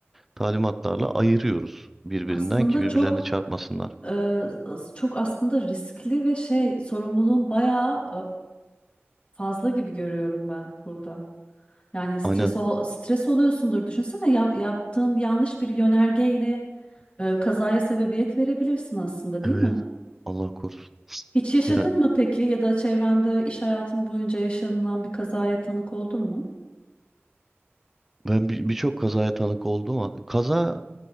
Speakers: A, in the centre; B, on the left (about 25°).
A: talimatlarla ayırıyoruz birbirinden
B: Aslında
A: ki birbirlerine
B: çok
A: çarpmasınlar.
B: e, çok aslında riskli ve şey sorumluluğun bayağı e, fazla gibi görüyorum ben burada. Yani stres
A: Aynen.
B: ol, stres oluyorsundur. Düşünsene yap- yaptığın yanlış bir yönergeyle e, kazaya sebebiyet verebilirsin aslında,
A: Evet.
B: değil mi?
A: Allah korusun.
B: Hiç yaşadın
A: Ya
B: mı peki ya da çevrende iş hayatın boyunca yaşanılan bir kazaya tanık oldun mu?
A: ben bir- birçok kazaya tanık oldum. ama- Kaza